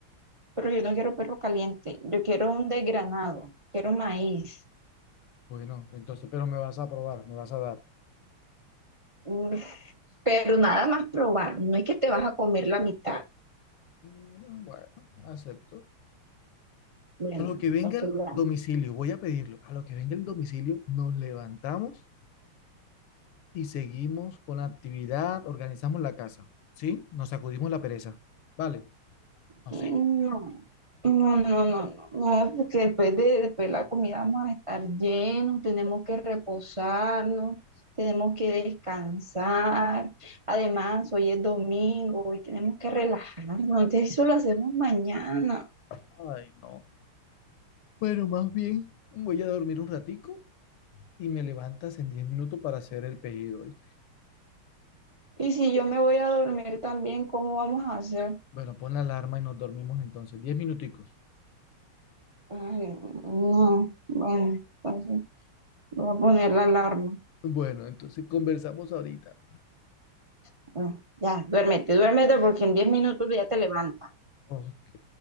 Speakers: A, on the right (about 35°); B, on the left (about 80°).
A: Pero yo no quiero perro caliente, yo quiero un desgranado, quiero maíz,
B: Bueno, entonces, pero me vas a probar, me vas a dar.
A: mm, pero nada más probar, no es que te vas a comer la mitad.
B: Mm, Bueno, acepto.
A: Bueno,
B: A lo que venga
A: entonces
B: el
A: ya,
B: domicilio, voy a pedirlo. A lo que venga el domicilio, nos levantamos y seguimos con la actividad, organizamos la casa, ¿sí? Nos sacudimos la pereza. Vale, no
A: No,
B: sé.
A: no, no, no, no, no, porque después de, después de la comida vamos a estar llenos, tenemos que reposarnos, tenemos que descansar. Además, hoy es domingo y tenemos que relajarnos. Entonces, eso lo hacemos mañana.
B: Ay, no. Bueno, más bien voy a dormir un ratico y me levantas en 10 minutos para hacer el pedido, ¿oíste?
A: Y si yo me voy a dormir también, ¿cómo vamos a hacer?
B: Bueno, pon la alarma y nos dormimos entonces. Diez minuticos.
A: Ay, no, bueno, entonces voy a poner la alarma.
B: Bueno, entonces conversamos ahorita.
A: Bueno, ya, duérmete, duérmete porque en 10 minutos ya te levantas.
B: Ok,